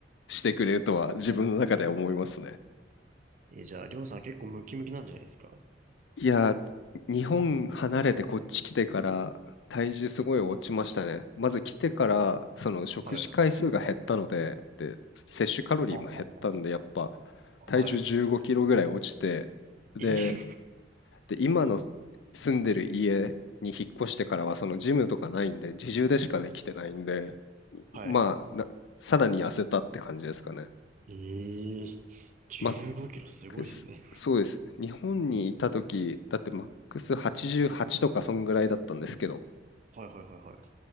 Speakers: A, on the left (about 80°); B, on the right (about 45°).
A: してくれるとは自分の中では思いますね。
B: えーじゃあ、りょうさん結構ムキムキなんじゃないですか
A: いや、日本離れてこっち来てから体重すごい落ちましたね。まず来てからその食事回数が減ったので、
B: はい。
A: で、摂取カロリーも減ったんで、
B: ははは
A: やっぱ
B: はい。
A: 体重15キロぐらい落ちて、で、
B: え <laughs>
A: で、今の住んでる家に引っ越してからはそのジムとかないんで、自重でしかできてないんで、
B: はい。
A: まあ、なさらに痩せたって感じですかね。
B: ええ15キロすごいですね。
A: マックス、そうです。日本にいた時、だってマックス88とかそんぐらいだったんですけど、
B: はいはいはいは